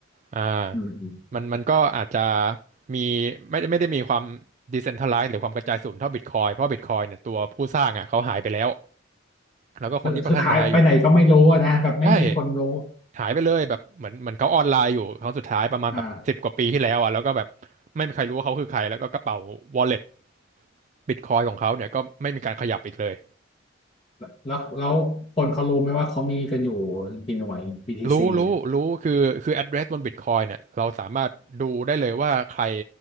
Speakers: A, on the right (about 40°); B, on the left (about 30°).
A: อ่า
B: อืมอืม
A: มันมันก็อาจจะมีไม่ได้ไม่ได้มีความดิเซนท r a ไลซ์หรือความกระจายศูนย์เท่าบิตคอยเพราะบิตคอยเนี่ยตัวผู้สร้างอ่ะเขาหายไปแล้วแล้วก็คนที่พัฒนาอยู่
B: คือคือหายไปไหนก็ไม่รู้อะนะแบบไม่มีคนรู้
A: ใช่หายไปเลยแบบเหมือนเหมือนเขาออนไลน์อยู่ครั้งสุดท้ายประมาณแบบสิบกว่าปีที่แล้วอ่ะแล้วก็แบบไม่มีใครรู้ว่าเขาคือใครแล้วก็กระเป๋า
B: อ่า
A: wallet บิตคอยของเขาเนี่ยก็ไม่มีการขยับอีกเลย
B: แล้วแล้วคนเขารู้ไหมว่าเขามีกันอยู่กี่หน่วย BTC
A: รู้รู้รู้คือคือ
B: อะ
A: address บนบิตคอยเนี่ยเราสามารถดูได้เลยว่าใคร